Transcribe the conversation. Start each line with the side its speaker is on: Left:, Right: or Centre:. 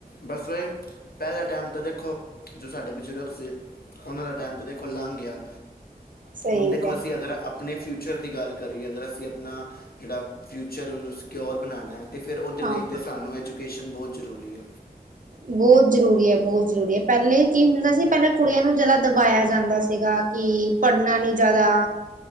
Left: ਬਸ ਵਹੀ ਪਹਿਲਾ ਟਾਈਮ ਤਾਂ ਦੇਖੋ ਜੋ ਸਾਡੇ ਬਜ਼ੁਰਗ ਸੀ। ਉਹਨਾਂ ਦਾ ਟਾਈਮ ਤਾਂ ਦੇਖੋ ਲੰਘ ਗਿਆ।
Right: ਸਹੀ
Left: ਹੁਣ ਦੇਖੋ
Right: ਕਿਹਾ
Left: ਅਸੀਂ ਅਗਰ ਅ ਆਪਣੇ ਫਿਊਚਰ ਦੀ ਗੱਲ ਕਰੀਏ ਅਗਰ ਅਸੀਂ ਆਪਣਾ ਜਿਹੜਾ ਫਿਊਚਰ ਉਹਨੂੰ ਸਕਿਕਿਓਰ ਬਣਾਉਣਾ। ਅਤੇ ਫਿਰ ਉਹਦੇ
Right: ਹਾਂ
Left: ਲਈ ਤਾਂ
Right: ਹਾਂ
Left: ਸਾਨੂੰ ਐਜੂਕੇਸ਼ਨ ਬਹੁਤ ਜ਼ਰੂਰੀ ਆ।
Right: ਬਹੁਤ ਜ਼ਰੂਰੀ ਹੈ ਬਹੁਤ ਜ਼ਰੂਰੀ ਹੈ ਪਹਿਲੇ ਕੀ ਹੁੰਦਾ ਸੀ ਪਹਿਲਾਂ ਕੁੜੀਆਂ ਨੂੰ ਜਿਆਦਾ ਦਬਾਇਆ ਜਾਂਦਾ ਸੀਗਾ। ਕਿ ਪੜ੍ਹਨਾ ਨੀ ਜਿਆਦਾ